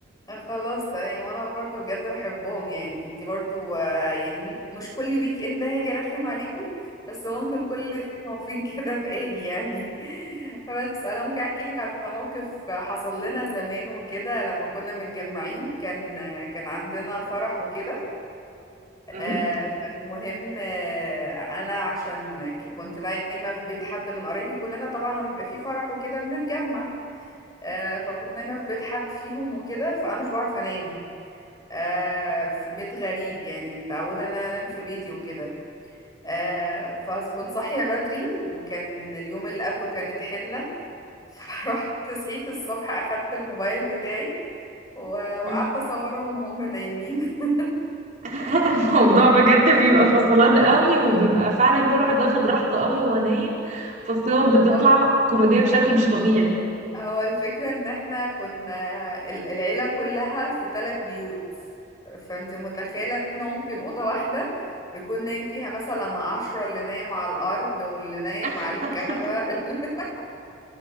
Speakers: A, on the left; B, on the right.
A: خلاص تمام وانا برضو بجد بحبهم يعني انتي برضو آه، يعني مو- مش كل ويك اند هاجي ارخم عليكم بس ممكن كل فين وفين <laughs> كده باجي يعني <laughs> بس انا ممكن احكي لك على موقف حصل لنا زمان وكده لما كنا متجمعين كان آه، كان عندنا فرح وكده
B: <laughs>
A: آه، فالمهم آه، انا عشان ك- كنت نايمه في بيت حد من قرايبي كلنا طبعا لما بيبقى فيه فرح وكده بنتجمع آه، فكنت نايمه في بيت حد فيهم وكده فانا مش بعرف انام آه في بيت غريب يعني متعودة ان انا انام في بيتي وكده آه فكنت صاحية بدري وكان اليوم اللي قبله كانت حنة <laughs> فرحت صحيت الصبح اخدت الموبايل بتاعي و- وقعدت
B: أمم.
A: اصورهم وهم نايمين <laughs>
B: <laughs> الموضوع بجد بيبقى فصلان قوي وبيبقى فعلا كل واحد واخد راحته قوي وهو نايم فالصور بتطلع
A: اه
B: كوميدية بشكل مش طبيعي
A: هو الفكرة ان احنا كنا ال- العيلة كلها في ثلاث بيوت فانت متخيلة ان هو ممكن أوضة واحدة يكون نايم فيها مثلا عشرة اللي نايم على الأرض واللي نايم
B: <laughs>
A: على الكنبة <laughs>